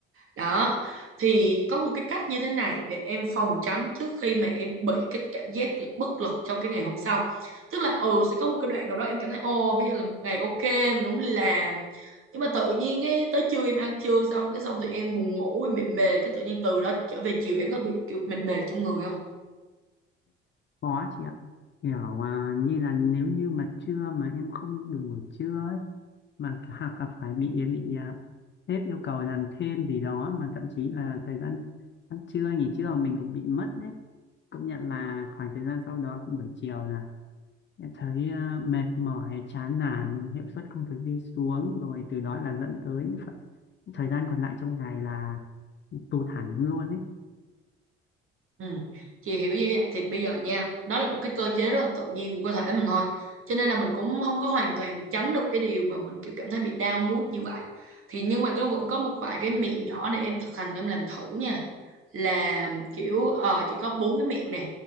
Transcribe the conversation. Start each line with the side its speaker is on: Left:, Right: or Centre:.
Right: đó thì có một cái cách như thế này để em phòng tránh trước khi mà em bị cái cảm giác bất lực trong cái ngày hôm sau tức là ừ sẽ có một cái đoạn nào đó em cảm thấy ồ bây giờ là một ngày ok mình đúng làm nhưng mà tự nhiên ấy, tới trưa em ăn trưa xong cái xong tụi em buồn ngủ em bị mệt cái tự nhiên từ đó trở về chiều em có bị kiểu mệt mệt trong người không
Left: Có chị ạ. Kiểu à, như là nếu như mà trưa mà em không được ngủ trưa ấy, mà hoặc là phải bị bị à, sếp yêu cầu làm thêm gì đó mà thậm chí là thời gian ăn trưa nghỉ trưa mình cũng bị mất đấy. Công nhận là khoảng thời gian sau đó thì buổi chiều là em thấy à, mệt mỏi, chán nản, hiệu suất công việc đi xuống rồi từ đó là dẫn tới những phần- thời gian còn lại trong ngày là tụt hẳn luôn ấy.
Right: Ừ. Chị hiểu như vậy thì bây giờ nha đó là một cái cơ chế rất là tự nhiên của cơ thể mình thôi cho nên là mình cũng không có hoàn toàn mình tránh được cái điều mà mình kiểu cảm thấy bị down mood như vậy thì nhưng mà có vẫn có một vài cái mẹo nhỏ để em thực hành em làm thử nha là kiểu ờ, chị có bốn cái mẹo nè